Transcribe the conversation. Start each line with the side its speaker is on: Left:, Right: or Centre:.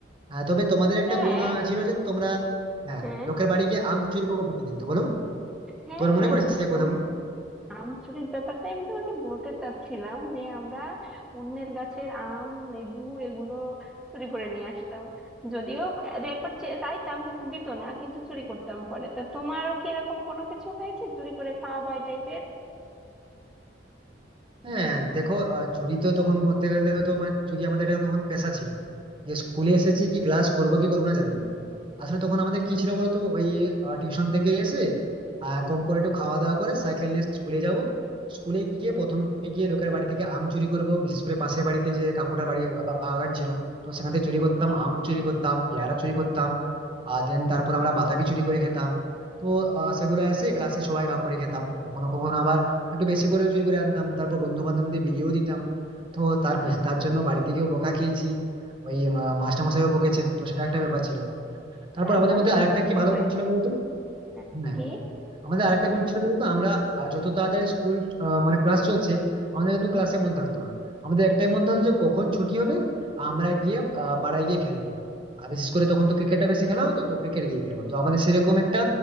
Right: আহ, তবে তোমাদের একটা
Centre: হ্যাঁ
Right: গুণ আহ, ছিল যে তোমরা হ্যাঁ
Centre: হ্যাঁ
Right: লোকের বাড়ি গিয়ে আম চুরি করে খেতে কিন্তু বলো
Centre: হ্যাঁ
Right: তোমার
Centre: হ্যাঁ
Right: মনে পড়ে সে কথা
Centre: আম আম চুরির ব্যাপারটা আমি তোমাকে বলতে চাচ্ছিলাম যে আমরা অন্যের গাছের আম লেবু এগুলো চুরি করে নিয়ে আসতাম যদিও দু একবার চে- চাইতাম কিন্তু দিত না কিন্তু চুরি করতাম পরে তা তোমারও কি এরকম কোনো কিছু হয়েছে চুরি করে খাওয়া বা এই টাইপের
Right: হ্যাঁ দেখো আহ, চুরি তো তখন বলতে গেলে তো মানে চুরি আমাদের এটা তখন পেশা ছিল যে স্কুলে এসেছি ক্লাস করবো কি করবো না জানি না আসলে তখন আমাদের কি ছিল বলতো ওই টিউশন থেকে এসে আহ, কম করে একটু খাওয়া দাওয়া করে সাইকেল নিয়ে স্কুলে যাব স্কুলে গিয়ে প্রথমে গিয়ে লোকের বাড়ি থেকে আম চুরি করব বিশেষ করে পাশের বাড়িতে যে কাকুটার বাড়ি বা- বাগান ছিল তো সেখান থেকে চুরি করতাম আম চুরি করতাম পেয়ারা চুরি করতাম আর দেন তারপর আমরা বাতাবি চুরি করে খেতাম তো আহ, সেগুলো এসে ক্লাসে সবাই ভাগ করে খেতাম কখনো কখনো আবার একটু বেশি করে চুরি করে আনতাম তারপর বন্ধু বান্ধবদের বিলিয়েও দিতাম তো তার তার জন্য বাড়ি থেকেও বকা খেয়েছি ওই মাস্টার মশাইও বকেছেন তো সেটা একটা ব্যাপার ছিল তারপর
Centre: আমার
Right: আমাদের মধ্যে
Centre: ক্ষেত্রেও
Right: আরেকটা কি ভালো
Centre: হয়েছে
Right: গুণ ছিল বলতো
Centre: হ্যাঁ
Right: হ্যাঁ
Centre: কি
Right: আমাদের আরেকটা কোন ছিল বলতো আমরা আহ, যত তাড়াতাড়ি স্কুল মানে ক্লাস চলছে আমাদের কিন্তু ক্লাসে মন থাকতো না আমাদের একটাই মন থাকতো যে কখন ছুটি হবে আর আমরা গিয়ে আহ, পাড়ায় গিয়ে খেলবো আর বিশেষ করে তখন তো ক্রিকেটটা বেশি খেলা হতো তো ক্রিকেট গিয়ে খেলবো তো আমাদের সেরকম একটা